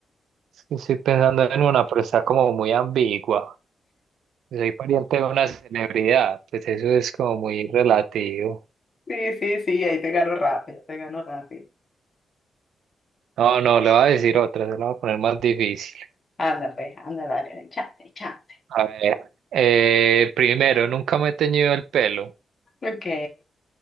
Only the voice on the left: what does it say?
Sí, sí, sí, ahí te gano rápido, te gano rápido.
Anda, pues, anda, dale, chance, chance.
Ok,